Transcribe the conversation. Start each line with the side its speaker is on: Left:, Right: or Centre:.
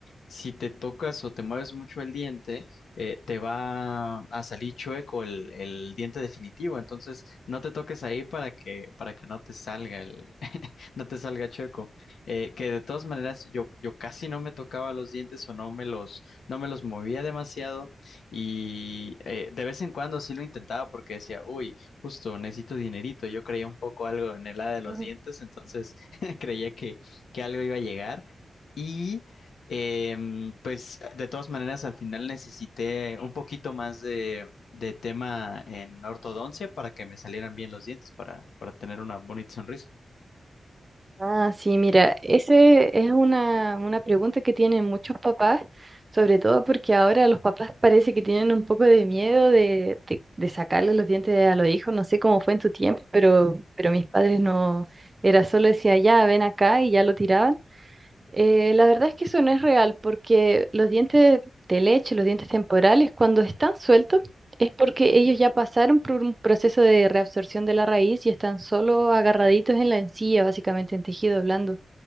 Left: si te tocas o te mueves mucho el diente, eh, te va a salir chueco el, el diente definitivo. Entonces, no te toques ahí para que, para que no te salga el <laughs> no te salga chueco. Eh, que de todas maneras yo, yo casi no me tocaba los dientes o no me los, no me los movía demasiado y eh, de vez en cuando sí lo intentaba porque decía, uy, justo necesito dinerito. Yo creía un poco algo en el área de los
Right: Ujú.
Left: dientes, entonces <laughs> creía que, que algo iba a llegar y... em, pues de todas maneras al final necesité un poquito más de, de tema en ortodoncia para que me salieran bien los dientes, para, para tener una bonita sonrisa.
Right: Ah, sí, mira, ese es una, una pregunta que tienen muchos papás, sobre todo porque ahora los papás parece que tienen un poco de miedo de, de, de sacarle los dientes a los hijos. No sé cómo fue en tu tiempo, pero, pero mis padres no, era solo decía, ya, ven acá y ya lo tiraban. Eh, la verdad es que eso no es real porque los dientes de leche, los dientes temporales, cuando están sueltos, es porque ellos ya pasaron por un proceso de reabsorción de la raíz y están solo agarraditos en la encía, básicamente en tejido blando.